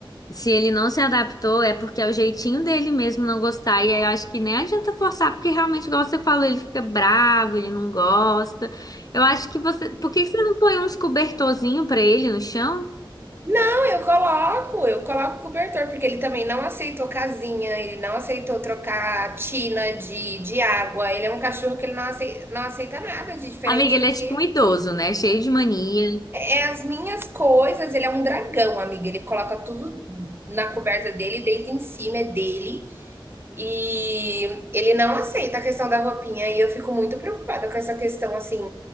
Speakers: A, on the left (about 45°); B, on the right (about 25°).
A: Se ele não se adaptou, é porque é o jeitinho dele mesmo não gostar. E aí eu acho que nem adianta forçar, porque realmente, igual você falou, ele fica bravo, ele não gosta. Eu acho que você. Por que que você não põe uns cobertorzinho pra ele no chão?
B: Não, eu coloco, eu coloco o cobertor, porque ele também não aceitou casinha, ele não aceitou trocar tina de, de água. Ele é um cachorro que ele não aceita, não aceita nada de diferente
A: Amiga, ele
B: do
A: é
B: que
A: tipo um idoso, né? Cheio de mania.
B: é as minhas coisas. Ele é um dragão, amiga. Ele coloca tudo na coberta dele, deita em cima, é dele. E ele não aceita a questão da roupinha. E eu fico muito preocupada com essa questão, assim,